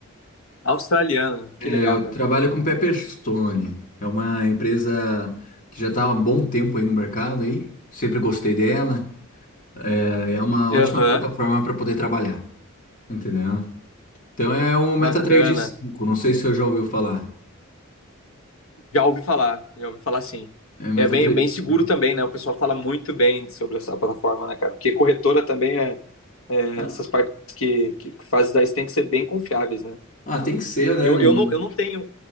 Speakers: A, on the left (about 85°); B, on the left (about 40°).
A: Australiana.
B: É,
A: Que legal,
B: eu
A: cara.
B: trabalho com Pepperstone. É uma empresa que já está há um bom tempo aí no mercado aí. Sempre gostei dela. É é uma ótima
A: Aham.
B: plataforma para poder trabalhar, entendeu? Então é o MetaTrader
A: Bacana.
B: cinco. Não sei se você já ouviu falar.
A: Já ouvi falar, já ouvi falar sim.
B: É meta
A: É bem,
B: 3,5.
A: é bem seguro também, né? O pessoal fala muito bem sobre essa plataforma, né, cara? Porque corretora também, é, é,
B: Ah,
A: essas partes que, que fazem daí tem que ser bem confiáveis, né?
B: ah, tem que ser, né?
A: Eu,
B: Não,
A: eu, não, eu não tenho,